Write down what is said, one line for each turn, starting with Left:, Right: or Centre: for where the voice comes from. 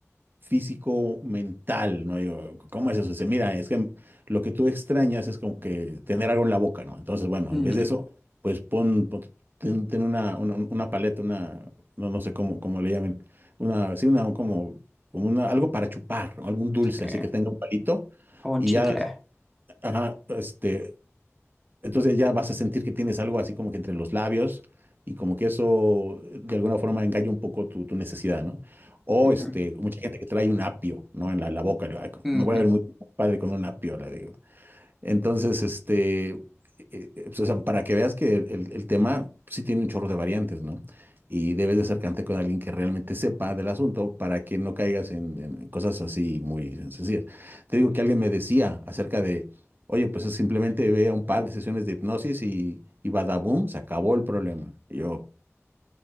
Right: físico, mental, ¿no? Yo, ¿cómo es eso? Dice, mira, es que lo que tú extrañas es como que tener algo en la boca, ¿no? Entonces, bueno,
Centre: ujú,
Right: en vez de eso, pues pon, pon- ten, ten una, una, una paleta, una, no, no sé cómo, cómo le llamen, una, sí, una, como, como una, algo para chupar, ¿no? algún dulce,
Centre: sí,
Right: así que tenga un palito
Centre: o un
Right: y
Centre: chicle.
Right: ya, ajá, este, entonces ya vas a sentir que tienes algo así como que entre los labios y como que eso de alguna forma engaña un poco tu, tu necesidad, ¿no? O
Centre: Ujú,
Right: este, mucha gente que trae un apio, ¿no? En la, la boca, le va,
Centre: ujú.
Right: me voy a ver muy padre con un apio, le digo. Entonces, este, eh, eh, pues, o sea, para que veas que el, el tema sí tiene un chorro de variantes, ¿no? Y debes de acercarte con alguien que realmente sepa del asunto para que no caigas en, en cosas así muy sencillas. Te digo que alguien me decía acerca de, oye, pues es simplemente ve a un par de sesiones de hipnosis y, y badaboom, se acabó el problema. Y yo,